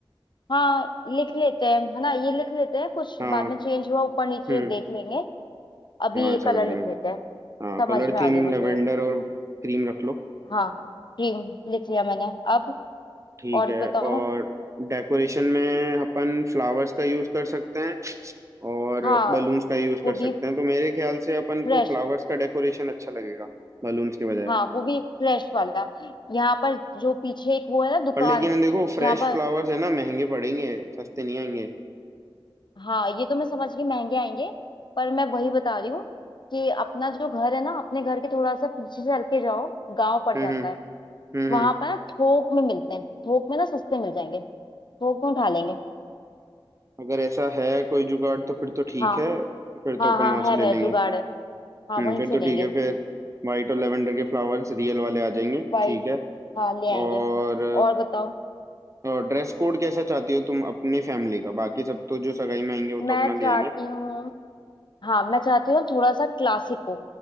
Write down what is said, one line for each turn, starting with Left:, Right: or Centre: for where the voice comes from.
Left: हाँ लिख लेते हैं है ना ये लिख लेते हैं कुछ
Right: हाँ
Left: बाद में चेंज हुआ ऊपर नीचे
Right: हम्म
Left: देख लेंगे अभी
Right: हाँ
Left: ये
Right: ऐसा
Left: कलर
Right: कर लेंगे
Left: लिख लेते हैं
Right: हाँ
Left: समझ
Right: कलर
Left: में आ
Right: थीम
Left: गया मुझे
Right: लेवेंडर और क्रीम रख लो
Left: हाँ क्रीम लिख लिया मैंने अब
Right: ठीक
Left: और
Right: है
Left: बताओ
Right: और डेकोरेशन में अपन फ्लावर्स का यूज़ कर सकते हैं और
Left: हाँ
Right: बलून्स का यूज़
Left: वो
Right: कर
Left: भी
Right: सकते हैं तो मेरे ख्याल से अपन
Left: फ्रेश
Right: को फ्लावर्स का डेकोरेशन अच्छा लगेगा बलून्स के बजाय
Left: हाँ वो भी फ्रेश वाला यहाँ पर जो पीछे एक वो है ना दुकान
Right: पर लेकिन देखो फ्रेश
Left: जहाँ पर
Right: फ्लावर्स है ना महंगे पड़ेंगे सस्ते नहीं आएंगे
Left: हाँ ये तो मैं समझ गई महंगे आएंगे पर मैं वही बता रही हूँ कि अपना जो घर है ना अपने घर के थोड़ा सा पीछे से हल्के जाओ गांव पड़
Right: हम्म
Left: जाता
Right: हम्म
Left: है
Right: हम्म
Left: वहां
Right: हम्म।
Left: पर ना थोक में मिलते हैं थोक में ना सस्ते मिल जाएंगे थोक में उठा लेंगे
Right: अगर ऐसा है कोई जुगाड़ तो फिर तो ठीक
Left: हाँ
Right: है फिर
Left: हाँ
Right: तो अपन
Left: हाँ
Right: वहां
Left: है
Right: से ले
Left: मेरा
Right: लेंगे
Left: जुगाड़ है हाँ
Right: हम्म
Left: वहीं
Right: फिर
Left: से
Right: तो
Left: लेंगे
Right: ठीक है फिर वाइट और लेवेंडर के फ्लावर्स रियल वाले आ जाएंगे
Left: वाइट
Right: ठीक है
Left: हाँ ले आएंगे
Right: और,
Left: और बताओ
Right: और ड्रेस कोड कैसा चाहती हो तुम अपनी फैमिली का बाकी सब तो जो सगाई में आएंगे वो
Left: मैं
Right: तो अपना ले
Left: चाहती
Right: आएंगे
Left: हूँ हाँ मैं चाहती हूँ थोड़ा सा क्लासिक हो